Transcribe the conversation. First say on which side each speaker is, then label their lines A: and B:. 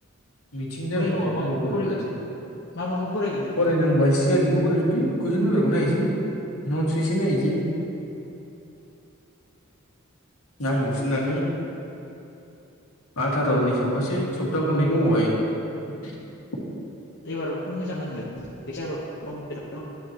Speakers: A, on the left; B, on the left.
A: मिथिंनि
B: फरायनांगौआ
A: थाखायनो
B: मा माखौ
A: होहोबोनो
B: फरायगोन
A: मोनासै
B: मा माखौ फरायगोन नों
A: फरायनांगौआ सिगांनिखौ फरायफिनसै कुइसन पेपारखौ नायनोसै नथ्स एसे नायनोसै नागिरफिननानै। आथार' उन्निस आवखासो सप्ता खनै दंबावखायो।
B: एबाराव खम मोजां नांगोन फैसाखौ फर्म फिलाप खालाम